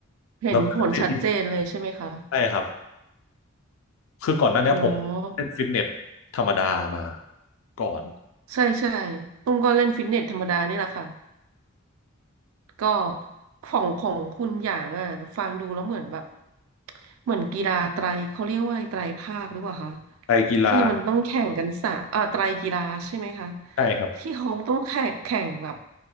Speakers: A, on the right; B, on the left.
A: เห็นผลชัดเจนเลยใช่ไหมคะ
B: เราเดินได้ดีใช่ครับคือก่อนหน้าเนี้ยผมเล่นฟิตเนสธรรมดามา
A: อ๋อ
B: ก่อน
A: ใช่ใช่ตุ้มก็เล่นฟิตเนสธรรมดานี่แหละค่ะก็ของของคุณอย่างอ่ะฟังดูแล้วเหมือนแบบเหมือนกีฬาไตรเขาเรียกว่าไตรภาคหรือเปล่าคะ
B: ไปกีฬา
A: ที่มันต้องแข่งกันสามอ่าไตรกีฬาใช่ไหมคะ
B: ใช่ครับ
A: ที่เขาต้องแข่งแข่งแบบ